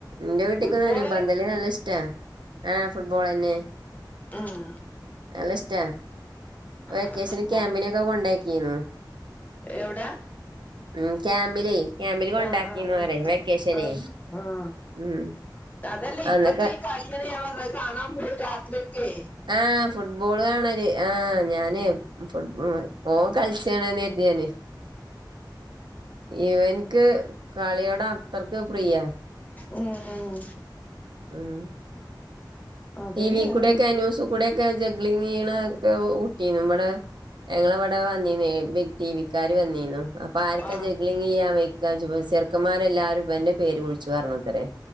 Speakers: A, on the right; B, on the left.
A: ഇന്റെ കുട്ടിക്കും
B: ഫുട്ബോള്
A: തന്നെ പന്തളി നല്ല ഇഷ്ടാ ആഹ് ഫുട്ബോളെന്നെ
B: ആഹ്
A: നല്ല ഇഷ്ട വെക്കേഷന്
B: ഉം
A: ക്യാമ്പിനൊക്ക കൊണ്ടാക്കീന്നു
B: എവിടാ
A: ഉം ക്യാമ്പില് ക്യാമ്പില് കൊണ്ടാക്കീന്നു
B: ആഹ് ആഹ് ആഹ്
A: അറയ് വെക്കേഷനെ
B: ആഹ് ആഹ്
A: ഉം
B: അതല്ല ഇപ്പത്തെ
A: അന്നൊക്കെ
B: ഈ കളിയാണ് ഞാൻ പർഞ്ഞത്. അത് കാണാൻ പോവും രാത്രിയൊക്കെ.
A: ആഹ് ഫുട്ബോള് കാണല്. ആഹ് ഞാന് ഫുട്ബ പോ കളിച്ചണന്ന് കര്തിയാന്. ഇവൻക്ക് കളിയോട അത്രയ്ക്ക് പ്രിയ.
B: ഉം ഉം
A: ഉം
B: അതന്നെയാണ്
A: ഈ വീക്കൂടെക്കെ ന്യൂസ് കൂടെക്കെ ജഗ്ളിങ്ങ് ചെയ്നൊക്കെ ഒ ട്ടീനു. വടേ ഞങ്ങളവടെ വന്നീനു. ടീവിക്കാര് വന്നീനു. അപ്പൊ ആർക്ക
B: ആഹ്
A: ജഗ്ലിങ് ചെയ്യാൻ വ യ്ക്ക ചോയ്ച്ചു. ചെറുക്കന്മാരെല്ലാരും ഇവൻ്റെ പേര് വിളിച്ചു പറഞ്ഞു ത്രേ.